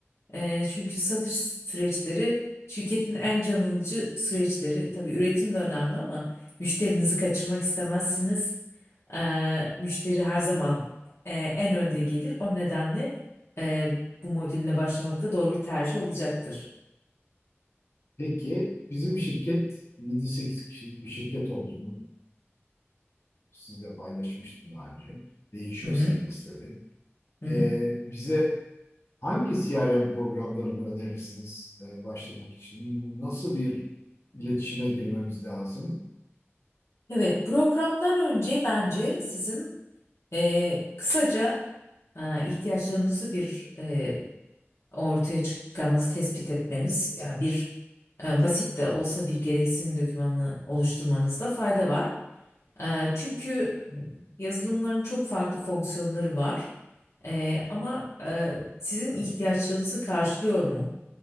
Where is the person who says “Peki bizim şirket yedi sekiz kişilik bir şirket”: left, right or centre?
Left